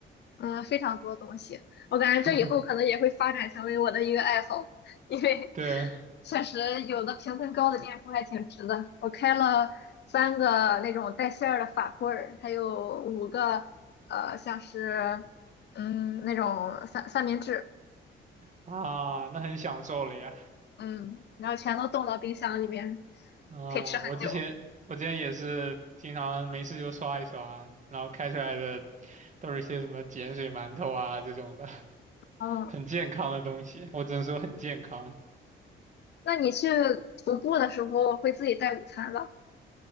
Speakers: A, on the left (about 60°); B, on the right (about 40°).
A: 嗯，非常多东西，我感觉这以后可能也会发展成为我的一个爱好，
B: <laughs>
A: 因为
B: 对
A: 确实有的评分高的店铺还挺值的。我开了三个那种带馅儿的法棍儿，还有五个呃像是嗯那种三三明治，
B: 啊，那很享受了呀。
A: 嗯，然后全都冻到冰箱里面，
B: 啊，
A: 可以吃很久。
B: 我之前我之前也是经常没事就刷一刷，然后开出来的都是些什么碱水馒头啊这种的，<laughs>
A: 嗯，
B: 很健康的东西。我只能说很健康。
A: 那你去徒步的时候会自己带午餐吧？